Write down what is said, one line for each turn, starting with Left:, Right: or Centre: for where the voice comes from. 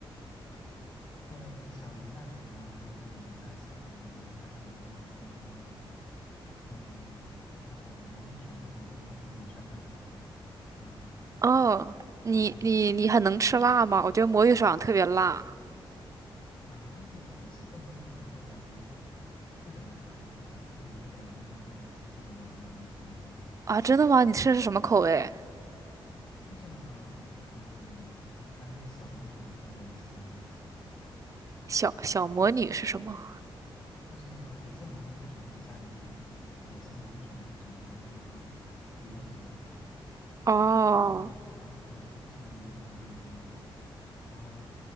Left: 嗯，呃，小鱼那种啊，还有那种沙琪玛呀、辣条啊，然后，嗯，那种魔芋爽那种，我应该觉得也算辣条吧。<laughs>
Right: 哦，你你你很能吃辣吗？
Left: 嗯
Right: 我觉得魔芋爽特别辣
Left: 啊，我我吃恶魔芋爽的时候感觉不怎么辣呀，就就我一个广州人都能接受得了的那种程度，
Right: 啊！真的吗？你吃的是什么口味？
Left: 就是那个麻辣味的呀，还有那个小魔女的那个我也吃过，
Right: 小小魔女是什么？
Left: 就是那个也是魔芋爽底下的一个分支，也是魔芋爽的一种吧，就是那个牛肚嘛。
Right: 哦，
Left: 就那种他把那个做成了牛肚的样子，然后，然后，